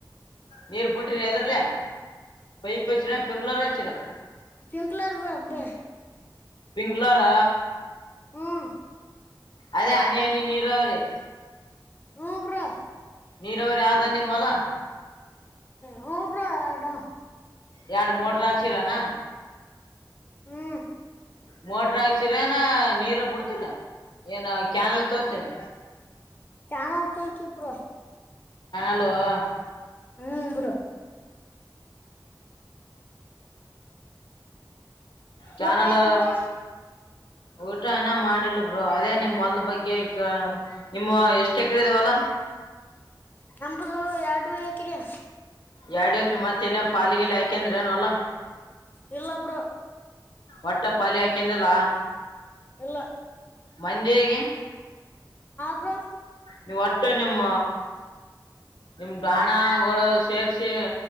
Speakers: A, on the left; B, on the left.
A: ನೀರ್ ಬುಟ್ಟಿರ ಎದ್ರಲ್ಲಿ ಪೈಪ್ ಹಚ್ಚರ ಪಿಂಗಲರ್ ಹಚ್ಚಿರ್
B: ಪಿಂಕ್ಲರ್ ಬ ಅಬ್ಬ
A: ಪಿಂಗಲರ್
B: ಹ್ಮ್
A: ಅದೇ ಹನಿ ಹನಿ ನೀರಾವರಿ
B: ಹಾ ಬ್ರೊ
A: ನೀರಾವರಿ ಆದಧಯ ಮಲ
B: ಹ ಭ್ರಾ ಡ
A: ಎರಡು ಮೂೋಡ್ರಕ್ಸಿರಾನ
B: ಹ್ಮ
A: ಮೋಟ್ರ ಆಾಕ್ಸ್ರ ಏನ ನೀರ್ ಬಿಡ್ತರ ಏನ ಕ್ಯಾನಲ್ ತೋತರಿ
B: ಕಾಣ ಆತ ಚಪ್ರ
A: ಹಲವಾ
B: ಹ್ಮ್ ಬರೋ
A: ಕಾನಲ್
B: ಊಟ ಆಯ್ತು ಬ್ರೋ
A: ಊಟ ಏನ ಮಾಡಿಲ್ಲ ಬ್ರೋ ಅದೇ ನಿಮ್ಮ್ ಹೊಲ್ ಬಗ್ಗೆ ನಿಮ್ಮ ಎಷ್ಟ್ ಎಕರೆ ಇದವಲ್ಲ
B: ನಂಬುದು ಎರಡು ಹೇಕಿರಯ
A: ಎರಡ್ ಎಕ್ರ ಮತ್ತ ಎಲ್ಲ ಪಾಲಿಗೆಲ್ಲಿ ಹಾಕಂದ್ರ ಅನ್ವಲ್ಲಾ
B: ಇಲ್ಲಪರ
A: ಒಟ್ಟ ಪಾಲಿ ಹಾಕೊಂಡಿಲ್ಲ
B: ಎಲ್ಲ
A: ಮಂದಿಗೆ
B: ಹ್ರ
A: ನೀವು ಒಟ್ಟು ನಿಮ್ಮ ನಿಮ ಾಣಗಳು ಸೇರ್ರಿಸಿ